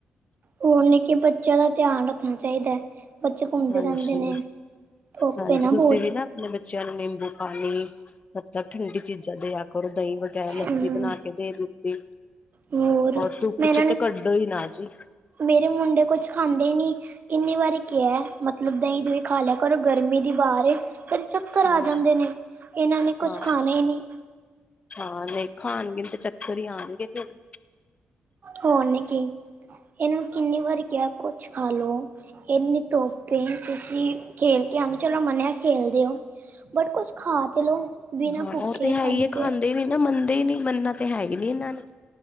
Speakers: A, on the right; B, on the left.
A: ਹੋਰ ਨਿੱਕੇ ਬੱਚਿਆਂ ਦਾ ਧਿਆਨ ਰੱਖਣਾ ਚਾਇਦੈ। ਬੱਚੇ ਘੁੰਮਦੇ
B: ਹਾਂਜੀ
A: ਰੈਂਦੇ ਨੇ ਧੋਪ
B: ਹਾਂਜੀ
A: ਏ ਨਾ
B: ਤੁਸੀਂ
A: ਬੋਤ।
B: ਵੀ ਨਾ ਬੱਚਿਆਂ ਨੂੰ ਨਿੰਬੂ ਪਾਨੀ ਮਤਲਬ ਠੰਡੀ ਚੀਜ਼ਾਂ ਦੇਆ ਕਰੋ ਦਈ ਵਗੈਰਾ ਲੱਸੀ
A: ਹੂੰ
B: ਬਣਾ ਕੇ ਦੇ ਦਿੱਤੀ
A: ਹੋਰ
B: ਔਰ ਧੁੱਪ
A: ਮੈਂ ਇਹਨਾਂ
B: ਚ
A: ਨੂੰ
B: ਤੇ ਕੱਢੋ ਇ ਨਾ ਜੀ।
A: ਮੇਰੇ ਮੁੰਡੇ ਕੋਛ ਖਾਂਦੇ ਈ ਨੀ। ਇੰਨੀ ਵਾਰੀ ਕੇਆ ਏ ਮਤਲਬ ਦਈ, ਦੂਈ ਖਾ ਲਿਆ ਕਰੋ ਗਰਮੀ ਦੀ ਵਾਰ ਏ ਫੇਰ ਚੱਕਰ
B: ਹਮ
A: ਆ ਜਾਂਦੇ ਨੇ ਏਨਾਂ ਨੇ ਕੁਛ
B: ਹਾਂ
A: ਖਾਨਾ ਈ ਨੀ।
B: ਹਾਂ ਨਈ ਖਾਣਗੇ ਤੇ ਚੱਕਰ ਈ ਆਣਗੇ ਫੇਰ।
A: ਹੋ ਨੀ ਕੀ ਏਨੂ ਕਿੰਨੀ ਵਾਰੀ ਕਿਆ ਕੋਛ ਖਾ ਲੋ। ਏਨੀ ਧੋਪ ਏ ਤੁਸੀ ਖੇਲ ਕੇ ਆਂਦੇ ਓ ਚਲੋ ਮਨੇਆ ਖੇਲਦੇ ੳ। ਬਟ ਕੋਛ ਖਾ ਤੇ ਲਓ।
B: ਹਾਂ
A: ਭੁੱਖੇ
B: ਐ ਤੇ ਹੈ
A: ਖਾਲੀ
B: ਇ ਏ
A: ਪੇਟ
B: ਖਾਂਦੇ ਨੀ ਨਾ ਮੰਨਦੇ ਨੀ ਮਨਨਾ ਤੇ ਹੈ ਈ ਨੀ ਏਨਾਂ ਨੇ।